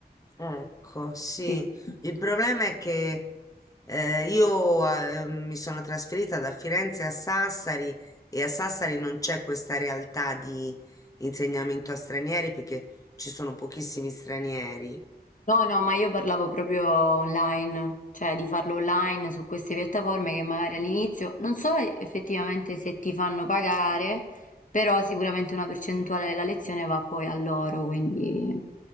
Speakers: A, on the left; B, on the left.
A: Ecco, sì,
B: Sì, sì.
A: il problema è che eh, io eh, mi sono trasferita da Firenze a Sassari e a Sassari non c'è questa realtà di insegnamento a stranieri perché ci sono pochissimi stranieri.
B: No, no, ma io parlavo proprio online, cioè di farlo online su queste piattaforme che magari all'inizio non so effettivamente se ti fanno pagare, però sicuramente una percentuale della lezione va poi a loro, quindi